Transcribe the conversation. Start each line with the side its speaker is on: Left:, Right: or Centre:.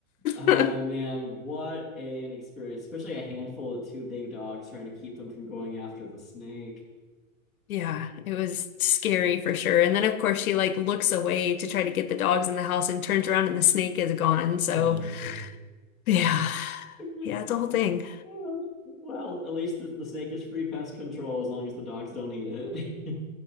Centre: Oh
Left: <laughs>
Centre: man, what an experience, especially a handful of two big dogs trying to keep them from going after the snake.
Left: Yeah, it was scary for sure. And then of course she like looks away to try to get the dogs in the house and turns around and the snake is gone. So
Centre: Oh no.
Left: yeah,
Centre: <laughs>
Left: yeah, it's a whole thing.
Centre: Well, well, at least the, the snake is free pest control as long as the dogs don't eat it. <laughs>